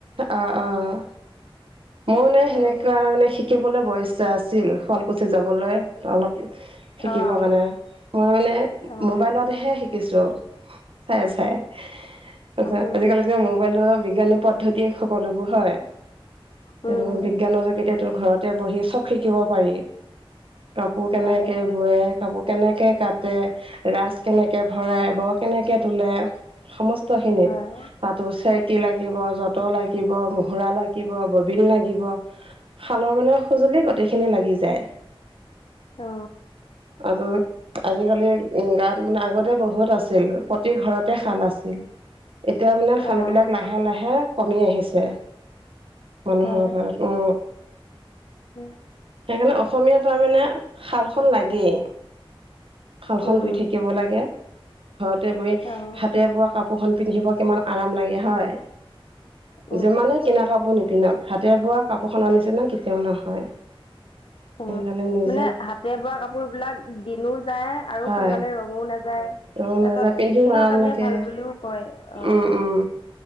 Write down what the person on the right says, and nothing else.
অ', অ' মইও মানে সেনেকুৱা
তাৰ মানে সিক শিকিবলে বৰ ইচ্ছা আছিল। শুৱালকুছি যাবলৈ অলপ শিকিবৰ
কাৰণে, মই মানে
মোবাইলতহে শিকিছো। চাই, চাই। তাৰপিছত
আজিকালিটো মোবাইলটো বিজ্ঞানী পদ্ধতিয়ে সকলোবোৰ হয়। তহ
বিজ্ঞানৰ যোগেদি ঘৰত তে বহি চব শিকিব পাৰি, কাপোৰ কেনেকে
বয়ে কেনেকে কাটে, ৰাচ কেনেকে ভৰাই, ব' কেনেকে তোলে সমস্ত খিনিত
তাতো চেৰেকি লাগিব, যত ত লাগিব, মুহুৰা লাগিব, ববিন লাগিব। শালৰ মানে সঁজুলি গোটেইখিনি লাগি যায়।
আৰু আজিকালি গাঁৱত মানে, আগতে বহুত আছিল, প্ৰতি ঘৰতে শাল আছিল। এতিয়া মানে
শালবিলাক
লাহে লাহে কমি আহিছে, মানুহৰ
ঘৰত অ।
সেইকাৰণে অসমীয়া তাৰ মানে শালখন লাগেই। শালখন
ধুই থাকিব লাগে। ঘৰতে বহি
হাতে বোৱা কাপোৰখন পিন্ধিব কিমান আৰাম লাগে হয়।
যিমানে কিনা কাপোৰ নিপিন্ধক হাতেৰে বোৱা কাপোৰখনৰ নিছিনা কেতিয়াও নহয়।
সেইকাৰণে নি
হয়
ৰং
নাযায় পিন্ধিও
আৰাম
লাগে
উম উম